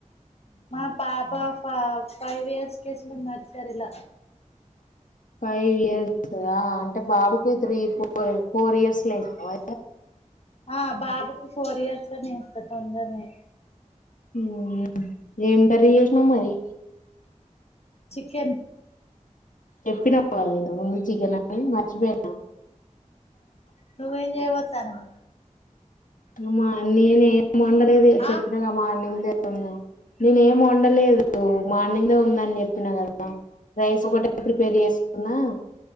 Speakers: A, on the left; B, on the left.
A: మా పాప ఫ ఫైవ్ ఇయర్స్ కేసినం నర్సరిలా
B: ఫైవ్ ఇయర్సా ఆ అంటే బాబు కూతురు ఫోర్ త్రీ ఫోర్ ఇయర్స్ ల ఇస్తావా
A: ఆ బాబుకు ఫోర్ ఇయర్స్ ల ఏస్తా తొందరనే
B: ఉమ్ ఎమ్ కర్రీ చేసినావు మరి
A: చికెన్
B: చెప్పినవా ఇంతకు ముందు చికెన్ అని మర్చిపోయి
A: నువ్వేం చేయపోత్తానవ్
B: అమ్మా నేను ఏం ఒండలేదు చెప్పినగా
A: ఆ
B: మార్నింగ్ దే ఒండినవ నేనేం వండలేదు మార్నింగ్ దే ఉందని చెప్పిన కదా రైస్ ఒకటే ప్రిపేర్ చేసుకున్నా